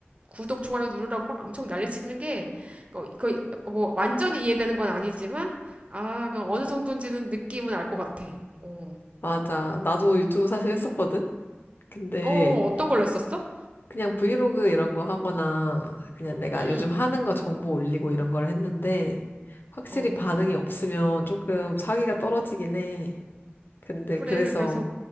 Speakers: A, on the right; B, on the left.
A: 구독, 좋아요 누르라고 막 엄청 난리치는 게, 어, 거의 뭐, 완전히 이해되는 건 아니지만, 아, 그 어느 정도인지는 느낌은 알 것 같아. 어,
B: 맞아. 나도 유튜브 사실 했었거든? 근데
A: 어, 어떤 걸로 했었어?
B: 그냥 브이로그 이런 거 하거나 그냥 내가
A: 응,
B: 요즘 하는 거 정보 올리고 이런 걸 했는데 확실히
A: 어,
B: 반응이 없으면 조금 사기가 떨어지긴 해. 근데
A: 그래.
B: 그래서
A: 그래서